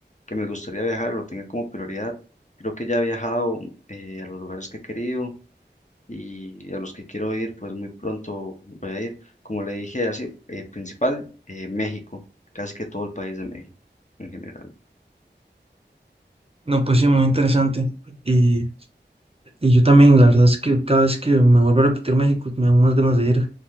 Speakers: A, on the left; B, on the right.
A: que me gustaría viajar, lo tenga como prioridad. Creo que ya he viajado eh, a los lugares que he querido y a los que quiero ir, pues muy pronto voy a ir. Como le dije, así, eh, principal, eh, México, casi que todo el país de México en general.
B: No, pues sí, muy interesante. y Y yo también, la verdad es que cada vez que me vuelvo a repetir México me dan más ganas de ir.